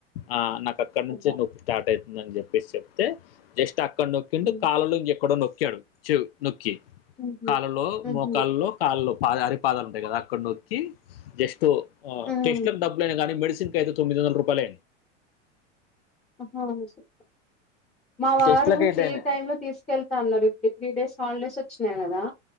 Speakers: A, on the left; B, on the left.
A: ఆ నాక్ అక్కడ నుంచే
B: అబ్బా
A: నొప్పి స్టార్ట్ అయితుందని చెప్పేసి చెప్తే జస్ట్ అక్కడ నొక్కిండు
B: హ్మ్.
A: కాళ్ళలో ఇంకెక్కడో నొక్కాడు చూ నొక్కి
B: హుహు.
A: కాలల్లో,
B: హుహు.
A: మోకాల్లో కాళ్ళల్లో పాద అరిపాదాలు ఉంటాయ్ కదా అక్కడ్ నొక్కి జస్ట్
B: హ్మ్.
A: టెస్ట్లకు డబ్బులు ఐనా గానీ మెడిసిన్ కైతే తొమ్మిదివందల రూపాలే
B: ఆహా స్ మా వారు
A: టెస్ట్లకి ఏదైనా
B: ఫ్రీ టైమ్ లో తీసుకెళ్తా అన్నరు ఈ త్రీ డేస్ హాలిడేస్ వచ్చినాయి గదా?